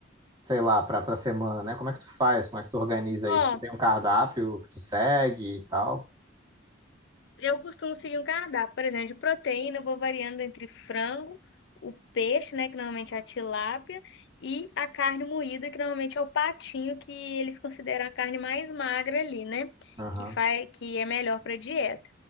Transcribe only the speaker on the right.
sei lá, para para semana, né? Como é que tu faz? Como é que tu organiza
isso? Tu tem um cardápio que tu segue e tal?
Aham,